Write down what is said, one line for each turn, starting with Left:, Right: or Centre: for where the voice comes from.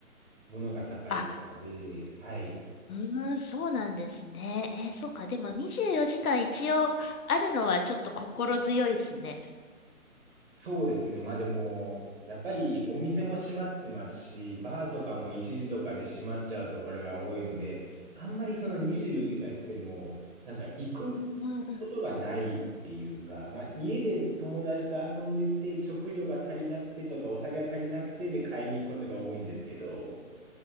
Right: ものが高いとかで、
Left: あ、
Right: はい。
Left: うーん、そうなんですね。えーそうか。でも24時間一応あるのはちょっと心強いですね。
Right: そうですね。まあでも、やっぱりお店も閉まってますし、バーとかも一時とかで閉まっちゃうところが多いので、あんまりその24時間やってても、なんか行く
Left: うん
Right: ことがないっていうか、まあ家で友達と遊んでて、食料が足りなくてとか、お酒が足りなくてで買いに行くことが多いんですけど、